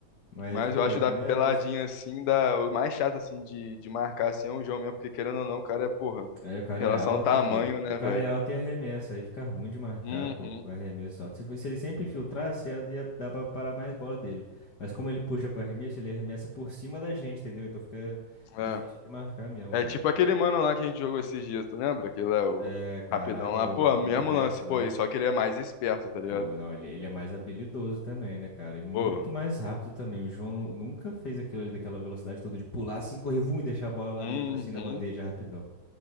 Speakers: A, on the left; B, on the left.
A: Mas,
B: Mas
A: pô,
B: eu acho
A: é maneiraço.
B: da peladinha assim, da, o mais chato assim de, de marcar assim é o João mesmo, porque querendo ou não, o cara é, porra,
A: Aí o cara
B: em relação
A: é alto,
B: ao É, tamanho,
A: pô. E
B: né,
A: o cara
B: velho?
A: é alto e arremessa. Aí fica ruim de marcar,
B: Uhum.
A: pô. pro Arremesso alto. Se, fo- se ele sempre infiltrasse, ia, ia dar pra parar mais bola dele. Mas como ele puxa pro arremesso, ele arremessa por cima da gente, entendeu? Então fica
B: É.
A: difícil de marcar mesmo, cara.
B: É tipo aquele mano lá que a gente jogou esses dias, tu lembra? aquele é o
A: É, caraca,
B: rapidão lá,
A: o-
B: Ah, pô,
A: aquele
B: mesmo
A: Dex
B: lance,
A: lá.
B: pô, e só que ele é mais esperto, tá ligado?
A: Pô, não, ele, ele é mais habilidoso também, né, cara? E muito
B: Pô.
A: mais rápido também. O João nunca fez aquilo ali daquela velocidade toda de pular assim, correr, vum, e deixar a bola lá
B: Uhum.
A: dentro assim na bandeja rapidão.